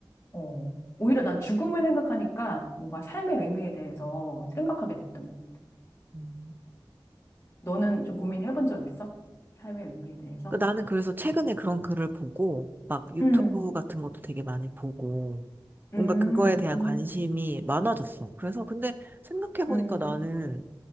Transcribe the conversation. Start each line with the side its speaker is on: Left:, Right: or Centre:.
Left: 어. 오히려 난 죽음을 생각하니까 뭔가 삶의 의미에 대해서 생각하게 됐던 것 같아.
Right: 음,
Left: 너는 좀 고민해본 적 있어? 삶의 의미에 대해서?
Right: 그 나는 그래서 최근에 그런 글을 보고, 막 유튜브
Left: 음,
Right: 같은 것도 되게 많이 보고, 뭔가
Left: 음,
Right: 그거에 대한
Left: 음,
Right: 관심이 많아졌어. 그래서 근데 생각해보니까
Left: 음,
Right: 나는,